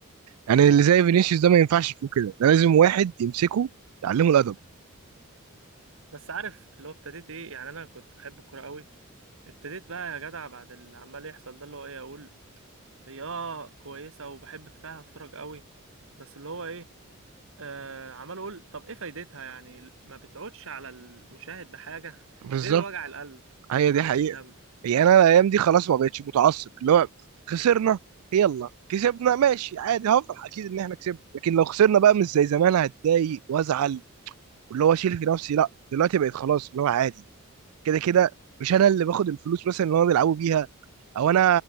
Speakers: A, on the right; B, on the right.
A: يعني اللي زي فينيسيوس ده ما ينفعش يكون كده ده لازم واحد يمسكه يعلمه الادب
B: بس عارف اللي هو ابتديت ايه يعني انا كنت بحب الكوره قوي ابتديت بقى يا جدع بعد اللي عمال يحصل ده اللي هو ايه اقول هي اه كويسه وبحب فعلا اتفرج قوي بس اللي هو ايه آه عمال اقول طب ايه فايدتها يعني ما بتعودش على المشاهد بحاجه <laughs>
A: بالظبط
B: غير وجع القلب
A: هي
B: وحرقه
A: دي حقيقه
B: الدم
A: يعني انا الايام دي خلاص ما بقتش متعصب اللي هو خسرنا يلا كسبنا ماشي عادي هفرح اكيد ان احنا كسبنا لكن لو خسرنا بقى مش زي زمان هتضايق وازعل واللي هو اشيل في نفسي لا دلوقتي بقيت خلاص اللي هو عادي كده كده مش انا اللي باخد الفلوس مثلا اللي هم بيلعبوا بيها او انا